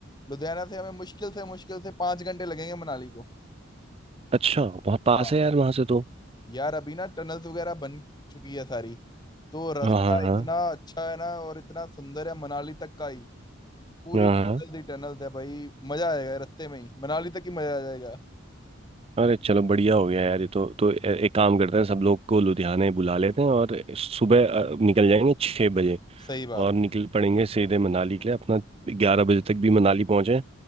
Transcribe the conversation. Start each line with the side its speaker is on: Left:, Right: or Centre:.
Left: लुधियाना से हमें मुश्किल से मुश्किल से पाँच घंटे लगेंगे मनाली को
Right: अच्छा बहुत पास
Left: हाँ
Right: है यार वहां से तो
Left: यार अभी ना टनल्स वगैरह बन चुकी है सारी तो रास्ता
Right: हाँ हाँ हाँ
Left: इतना अच्छा है ना और इतना सुंदर है मनाली तक का ही पूरी
Right: हाँ
Left: टनल
Right: हाँ।
Left: ही टनल्स है भाई मजा आएगा रास्ते में ही मनाली तक ही मजा आ जाएगा
Right: अरे चलो बढ़िया हो गया यार ये तो तो ए- एक काम करते हैं सब लोग को लुधियाने बुला लेते हैं और सुबह अ, निकल जाएंगे छः बजे
Left: सही बात
Right: और
Left: है
Right: निकल पड़ेंगे सीधे मनाली के लिए अपना ग्यारह बजे तक भी मनाली पहुंचे